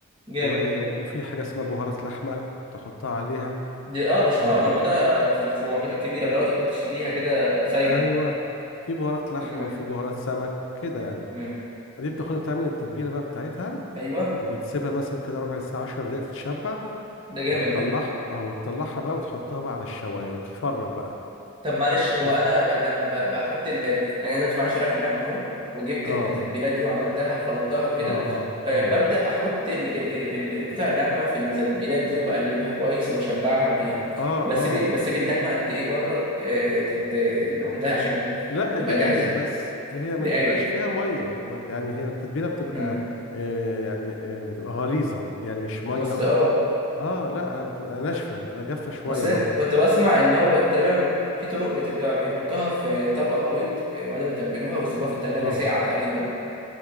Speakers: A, on the right (about 25°); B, on the left (about 60°).
A: جامد
B: و... وفي حاجة اسمها بهارات لحمة تحطها عليها
A: دي اه بشوفها
B: اه
A: موجودة في السوبر ماركتات الكبيرة اللي هو تبقى تشتريها كده سايبة
B: ايوه في بهارات لحمة
A: امم
B: وفي بهارات سمك كده يعني
A: امم
B: دي بتاخدها بتعمل التتبيلة بقى بتاعتها
A: ايوه
B: وبتسيبها مثلا كده ربع ساعة 10 دقايق تتشبع
A: ده جامد
B: وتطلعها
A: ده
B: اه وتطلعها بقى وتحطها بقى على الشواية وتتفرج بقى
A: طب معلش هو
B: كيف
A: انا ب... لما ب... بحط ال... يعني انا دلوقتي معايا شرايح اللحمة اهو وجبت
B: اه
A: التتبيلات
B: اه
A: دي وعملتها وخلطتها وكده
B: اه اه
A: آه
B: اه
A: ببدأ احط ال... ال... ال... ال... القطع اللحمة في التتبيلات دي وبقلبها كويس وبشبعها بيها
B: اه
A: بسيب
B: اه
A: ال... بسيب اللحمة قد ايه بره آه تت... لوحدها عشان
B: لا
A: تبقى
B: دقايق
A: جاهزة
B: بس هي
A: دقايق
B: ما بتبقاش فيها ميه ما- يعني هي التتبيله بتبقى
A: امم
B: آه يعني آه بتبقى غليظه يعني مش ميه
A: اصل اه
B: اه لا بتبقى ناشفة بتبقى جافة شوية
A: بس أنا
B: برضك
A: كنت بسمع ان هو تقريبا في طرق بتبقى بيحطها في طبق غويط آه، بعد ما يتبلوها ويسيبوها في التلاجة
B: اه
A: ساعة تقريبا